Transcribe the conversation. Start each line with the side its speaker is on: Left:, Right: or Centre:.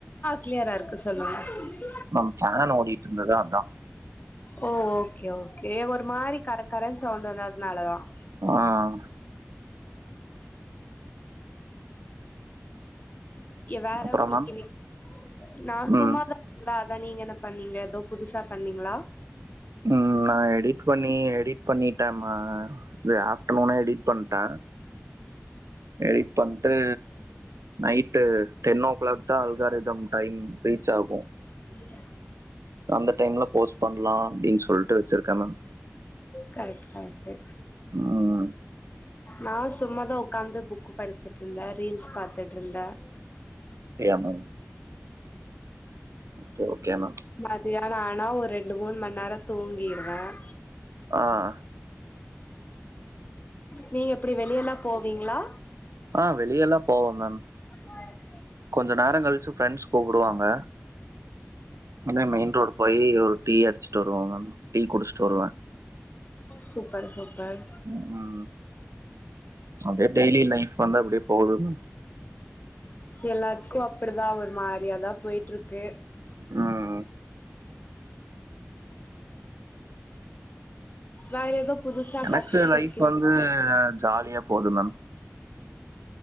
Left: கிளியரா சொல்லுங்க
Right: மேம் ஃபேன் ஓடிட்டு இருந்தது அதான்
Left: ஓ ஓகே - ஓகே ஒரு மாரி கரக்கரன்னு சவுண்ட் வந்ததுனாலதான்
Right: ஆஹ
Left: வேற
Right: அப்புறம்
Left: உங்களுக்கு
Right: மேம்
Left: இன்னிக் நா சும்மாதா
Right: ம்
Left: நான் நீங்க என்ன பண்ணீங்க ஏதோ புதுசா பண்ணீங்களா
Right: உம் நா எடிட் பண்ணி எடிட் பண்ணிட் யாம்மா இது ஆப்டர்நூனே எடிட் பண்ணிட்டேன் எடிட் பண்ணிட்டு நைட்டு டென்நோ கிளாக் தான் அல்காரதம் டைம் ரீச் ஆகும்
Left: உள்ளேயே
Right: அந்த டைம்ல போஸ்ட் பண்ணலாம் அப்டின்னு சொல் சொல்லிட்டு வச்சிருக்கனும்
Left: கரெக்ட் - கரெக்ட்டு
Right: ம்.
Left: நா சும்மாதா உகாந்து புக்கு படிச்சட்டு இருந்தேன் ரீல்ஸ் பாத்துட்டு இருந்தேன்
Right: டீயாமேம் ஓகே - ஓகே ஆனா
Left: மதியானம் ஆனா ஒரு ரெண்டு மூண்ம நேரம் தூங்கிருவேன்
Right: ஆஹ
Left: நீங்க எப்டி வெளியலாம் போவீங்களா
Right: ஆஹ வெளியலாம் போவேன் மேம்
Left: பாரு
Right: கொஞ்ச நேரம் கழிச்சு பிரெண்ட்ஸ் கூப் உடுவாங்க அப்டியே மெயின் ரோடு் போய் ஒரு டீ அடிச்சுட்டு வருவோம் மேம் டீ குடிச்சுட்டு வருவேன்
Left: சூப்பர் சூப்பர்
Right: உம் அப்டியே டெய்லி லைஃப் வந்து அப்படியே போதுனு
Left: எல்லாத்துக்கும் அப்டிதான் ஒரு மாரியாதான் போயிட்டு இருக்கு
Right: உம்
Left: வேற ஏதோ புதுசா
Right: எனக்கு
Left: கத்துக்கிட்டு
Right: லைஃப்
Left: இருக்கீங்களா
Right: வந்து ஜாலியா போதும் மேம்